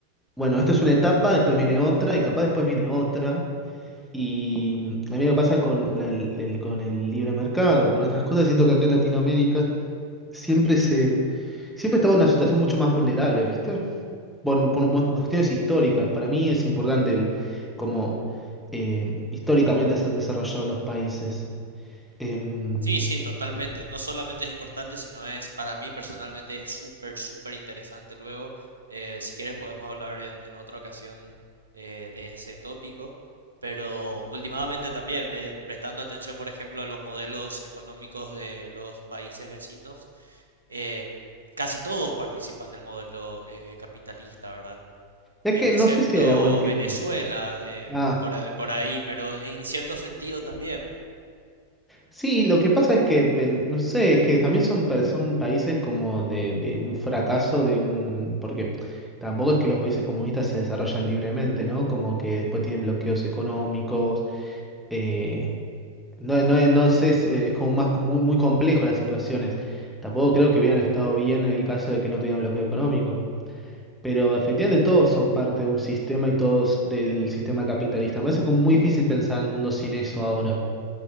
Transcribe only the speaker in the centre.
bueno, esto es una etapa, después viene otra y capaz después viene otra. Y mm, a mí lo que pasa con la- el, el- con el libre mercado, con otras cosas, siento que acá en Latinoamérica siempre se, siempre estamos en una situación mucho más vulnerable, ¿viste? Bueno, por, por cu- cuestiones históricas. Para mí es importante el, cómo eh, históricamente se han desarrollado los países. Em,
es
que
no sé si hay alguno que
no.
Ah,
sí, lo que pasa es que, ven- no sé, es que también son, pa- son países como de, de un fracaso de un... Porque tampoco es que los países comunistas se desarrollan libremente, ¿no? Como que después tienen bloqueos económicos. eh, No, no, eh, no sé, es, eh, es como más muy, muy complejo las situaciones. Tampoco creo que hubieran estado bien en el caso de que no tuvieran bloqueo económico. Pero efectivamente todos son parte de un sistema y todos del sistema capitalista. Me parece como muy difícil pensar el mundo sin eso ahora.